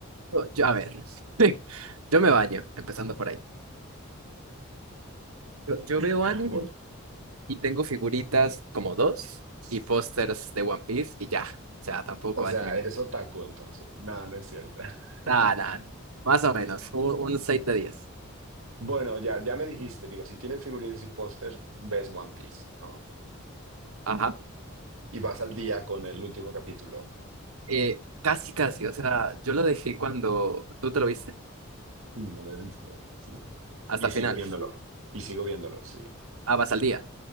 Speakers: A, on the right (about 80°); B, on the right (about 70°).
A: yo, yo- a ver, <laughs> yo me baño, empezando por ahí. Yo, yo veo
B: <laughs>
A: anime
B: Bu-
A: y tengo figuritas como dos y pósters de One Piece y ya. O sea, tampoco
B: O sea,
A: anime.
B: eres otaku entonces. No, no es cierto.
A: Nada,
B: <laughs>
A: nada, más o menos, un, un 6 de 10.
B: Bueno, ya, ya me dijiste, digo, si tienes figurines y póster, ves One Piece, ¿no?
A: Ajá.
B: Y vas al día con el último capítulo.
A: Eh, casi, casi, o sea, yo lo dejé cuando tú te lo viste,
B: Sí, me lo he visto, sí.
A: hasta
B: Y
A: el
B: sigo
A: final.
B: viéndolo. Y sigo viéndolo, sí.
A: Ah, vas al día.